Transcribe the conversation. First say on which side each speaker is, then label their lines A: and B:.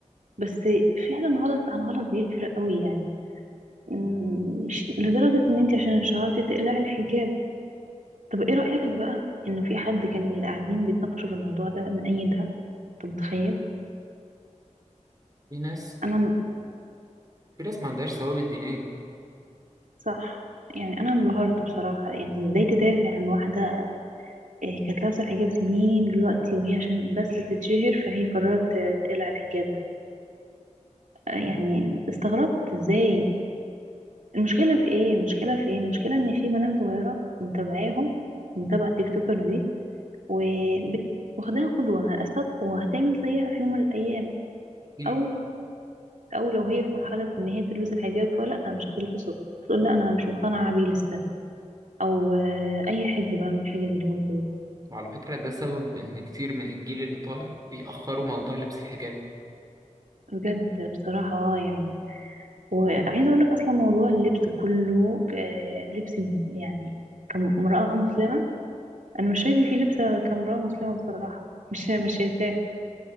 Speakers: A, on the right; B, on the right.
A: بس فعلا غلط عن غلط بيفرق قوي يعني مم، مش لدرجة ان انت عشان شهرتي تقلعي الحجاب طب ايه رأيك بقى انه في حد كان من اللي قاعدين بيتناقشوا في الموضوع ده مأيدها انت متخيل
B: في ناس
A: انا
B: في ناس ما عندهاش ثوابت دينيه
A: صح يعني انا انبهرت بصراحة يعني ازاي تدافع عن واحدة آه، كانت لابسة الحجاب سنين دلوقتي وهي عشان بس تتشهر فهي قررت آه، تقلع الحجاب ده آه، يعني استغربت ازاي المشكلة في ايه المشكلة في ايه المشكلة ان في بنات صغيرة متابعاهم متابعة تيك توكر دي وبت- واخداها قدوة مع الأسف وهتعمل زيها في يوم من الأيام
B: أكيد
A: او او لو هي في مرحله ان هي تلبس الحجاب فلا مش هتلبسه هتقول لا انا مش مقتنعه بيه لسه او آه، اي حجه بقى من حجج اليومين دول
B: وعلى فكرة ده سبب إن كتير من الجيل اللي طالع بيأخروا موضوع لبس الحجاب
A: بجد بصراحه اه يعني وعايزه اقول لك اصلا موضوع اللبس كله آه، لبس يعني كامراه مسلمه انا مش شايفه فيه لبسه كامراه مسلمه بصراحه <laughs> مش مش شايفاه